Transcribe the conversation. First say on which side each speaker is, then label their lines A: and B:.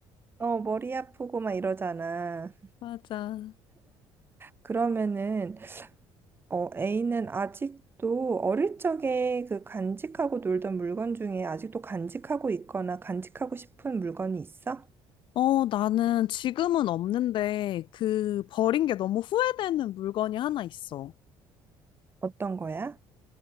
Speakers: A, on the right (about 25°); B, on the left (about 60°).
A: 어, 머리 아프고 막 이러잖아.
B: 맞아.
A: 그러면은 어, A는 아직도 어릴 적에 그 간직하고 놀던 물건 중에 아직도 간직하고 있거나 간직하고 싶은 물건이 있어?
B: 어, 나는 지금은 없는데 그 버린 게 너무 후회되는 물건이 하나 있어.
A: 어떤 거야?